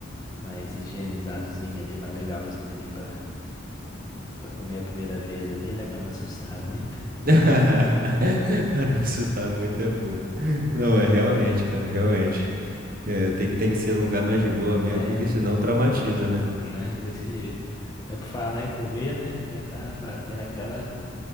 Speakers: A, on the left (about 20°); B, on the right (about 45°).
A: mais higienizadozinho ali, mais legalzinho ali pra, pra comer a primeira vez ali, né? Pra não assustar muito.
B: <laughs> Pra não assustar muito é fogo. Não, é realmente, cara, realmente. É, tem, que- tem que ser um lugar mais de boa mesmo,
A: Tem,
B: porque senão traumatiza, né?
A: né? Desse jeito. Mas por falar em comer, né? Já tá batendo aquela,